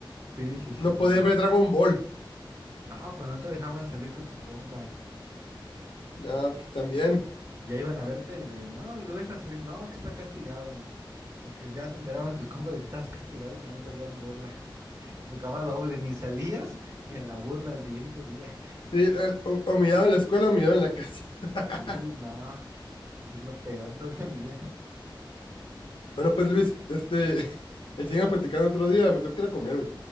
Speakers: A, on the right; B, on the left.
A: Sí, sí, sí,
B: No
A: también.
B: poder ver Dragon Ball.
A: No, cuando no te dejaban salir con tus compas.
B: No, pues también.
A: Y ya iban a verte y de, no, lo dejas salir, no, que está castigado. Porque ya se enteraban tus compas de que estabas castigado y también te hacían burla. <laughs> Te tocaba doble, ni salías y en la burla al siguiente día.
B: Sí, el- o, o mirado en la escuela o mirado en la casa. <laughs>
A: <laughs> Sí, no, es lo peor todavía.
B: Bueno, pues Luis, este, <laughs> seguimos platicando otro día, me tengo que ir a comer, güey.